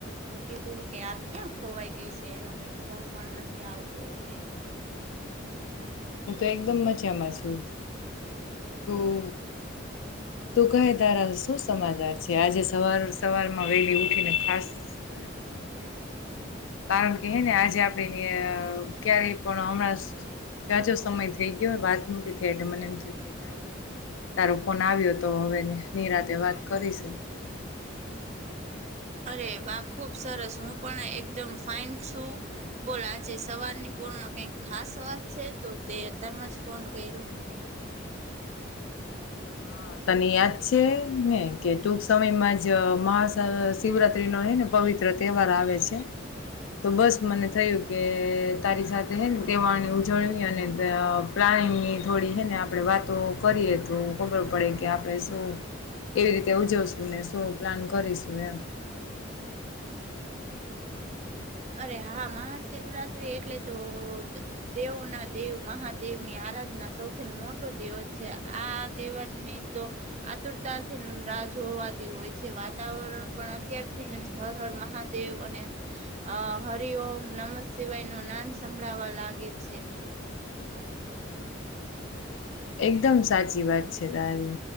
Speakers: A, on the right; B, on the left.
A: મેં કીધું કે આ ક્યાં ખોવાઈ ગઈ છે એનો કઈ ફોન પણ નથી આવતોને
B: હું તો એકદમ મજામાં છું તું તું કહે તારા શું સમાચાર છે આજે સવાર સવારમાં વેલી ઉઠી ને ખાસ તોને ફન ક કારણ કે હે ને આજે આપણે ક્યારેય પણ હમણાં સાજો સમય થઈ ગયો વાત નતી થઈ એટલે મને એમ થય કે લાઈ તારો ફોન આવ્યો હતો તો હવે નિરાતે વાત કરીશું
A: અરે વાહ ખુબ સરસ હું પણ એકદમ ફાઈન છું બોલ આજે સવારની રમાં કઈક ખાસ વાત છે તો તે અતારમાં જ ફોન કર્યો
B: હા તને યાદ છે ને કે ટૂંક સમયમાં જ મહા શિવરાત્રી ન હને પવિત્ર તહેવાર આવે છે તો બસ મને થયું કે તારી સાથે હે તહેવાર ઉજળવી અને પ્લા પાણીની થોડી હે ને આપડે વાતો કરીએ તો ખબર પડે કે આપણે શું કેવી રીતે ઉજવશુ ને શું પ્લાન કરીશું એમ
A: <inaudible> અરે હા મહાશિવરાત્રી એટલે તો દેવો ના દેવ મહાદેવની આ રાધના સૌથી મોટો દેવ છે, આ તહેવારની તો આતુરતાથી ન રાજ જોવાતી હોય છે, વાતાવરણ પણ અત્યારથીને હર હર મહાદેવ અને અ હરી ઓમ નમ શિવાયનું નામ સંભળાવા લાગે છે.
B: એકદમ સાચી વાત છે, તારી